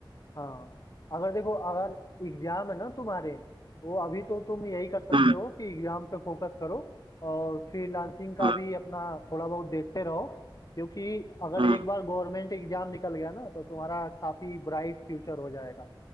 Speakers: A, on the left; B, on the right.
A: हाँ, अगर देखो अगर एग्ज़ाम है ना तुम्हारे, तो अभी तो तुम यही कर सकते
B: हम्म
A: हो कि एग्ज़ाम पे फोकस करो और फ्रीलांसिंग का
B: हम्म
A: भी अपना थोड़ा बहुत देखते रहो क्योंकि अगर
B: हम्म।
A: एक बार गवर्नमेंट एग्ज़ाम निकल गया ना तो तुम्हारा काफ़ी ब्राइट फ्यूचर हो जाएगा,